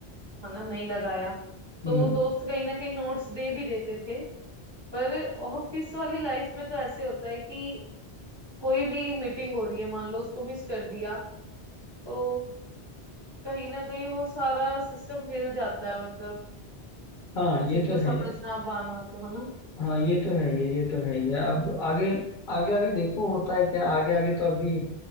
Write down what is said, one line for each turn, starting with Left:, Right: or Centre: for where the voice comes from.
Right: है ना नहीं लगाया तो
Left: हम्म
Right: दोस्त कहीं ना कहीं नोट्स दे भी देते थे पर ऑफिस वाली लाइफ में तो ऐसे होता है कि कोई भी मीटिंग हो रही है मान लो उसको मिस कर दिया तो कहीं ना कहीं वो सारा सिस्टम हिल जाता है मतलब
Left: हाँ
Right: उस
Left: ये
Right: चीज
Left: तो
Right: को
Left: है
Right: समझ
Left: ही है
Right: ना पाना तो है ना
Left: हाँ ये तो है ये ये तो है ये अब आगे आगे आगे देखो होता है क्या आगे आगे तो अभी